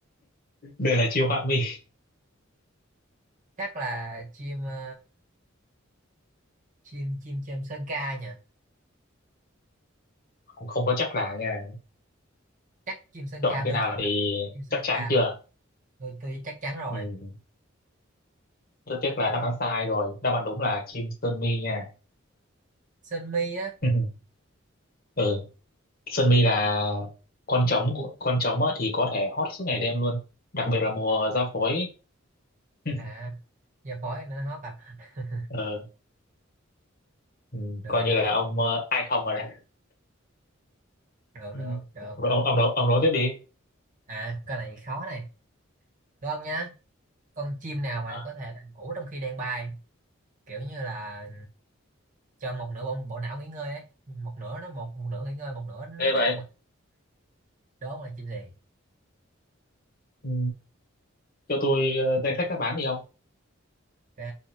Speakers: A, on the left (about 50°); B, on the right (about 40°).
A: D là Chiêu Họa Mi
B: chắc là chim ờ, chim chim chim sơn ca nhỉ
A: không, không có chắc là nha
B: chắc chim sơn
A: chọn
B: ca
A: cái
B: tôi
A: nào thì
B: chim sơn
A: chắc chắn
B: ca
A: chưa
B: tôi tôi chắc chắn rồi
A: ừ. Rất tiếc là đáp án sai rồi đáp án đúng là Kim Sơn Mi nha
B: sơn mi á
A: <laughs> ừ. Sơn Mi là con trống của- con trống á thì có thể hot suốt ngày đêm luôn đặc biệt là mùa ra phối <laughs>
B: à giờ phổi nó hót à <laughs>
A: ờ, ừ,
B: được
A: coi
B: rồi
A: như là ông ờ, ai không rồi đấy
B: được
A: Ừ.
B: được được
A: ông
B: được
A: ông ông, nói- ông nói tiếp đi
B: à cái này khó này đúng không nhá con chim nào mà
A: à,
B: có thể ngủ trong khi đang bay kiểu như là cho một nửa bộ, bộ não nghỉ ngơi ấy một nửa nó một, một nửa nghỉ ngơi một nửa nó
A: thế
B: tiếp
A: vậy
B: tục đúng không là chim gì
A: ừ, cho tôi ờ, danh sách các bán đi không
B: ok